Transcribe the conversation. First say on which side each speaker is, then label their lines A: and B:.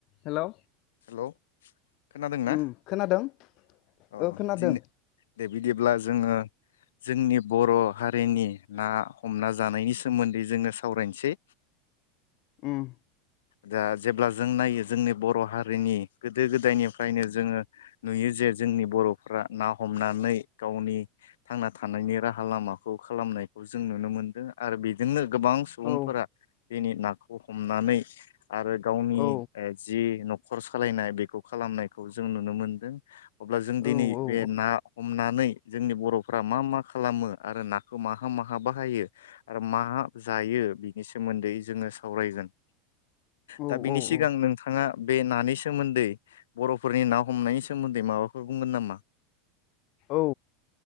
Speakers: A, on the left; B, on the left.
A: Hello
B: hello खोनादोंना
A: उम खोनादों
B: अ
A: ओ खोनादों
B: दिनै दे बिदिब्ला जोङो जोंनि बर' हारिनि ना हमना जानायनि सोमोन्दै जोङो सावरायनोसै
A: ओम
B: दा जेब्ला जों नायो जोंनि बर' हारिनि गोदो गोदायनिफ्रायनो जोङो नुयो जे जोंनि बर'फ्रा ना हमनानै गावनि थांना थानायनि राहा लामाखौ खालामनायखौ जों नुनो मोनदों आरो बेजोंनो गोबां सुबुंफोरा
A: औ
B: दिनै नाखौ हमनानै आरो गावनि
A: औ
B: ए जि नख खर' सालायनाय बेखौ खालामनायखौ जों नुनो मोनदों अब्ला जों दिनै
A: औ औ
B: बे ना हमनानै जोंनि बर'फ्रा मा मा खालामो आरो नाखौ माहा माहा बाहायो आरो माहा जायो बिनिसो सोमोन्दै जोङो सावरायगोन
A: औ
B: दा बिनि
A: औ
B: सिगां
A: औ
B: नोंथाङा बे नानि सोमोन्दै बर'फोरनि ना हमनायनि सोमोन्दै माबाफोर बुंगोन नामा?
A: औ